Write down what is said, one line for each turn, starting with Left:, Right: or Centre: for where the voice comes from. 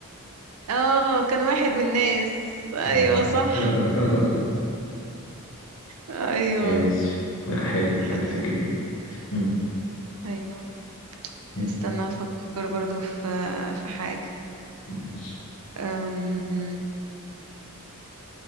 Right: اه كان واحد من الناس ايوه
Left: آه.
Right: صح
Left: <laughs>
Right: ايوه
Left: ماشي لا حلو
Right: حقيقي
Left: عرفت الجميل مم.
Right: ايوه
Left: مم.
Right: استنى افكر برضو في في حاجة
Left: ماشي
Right: أم...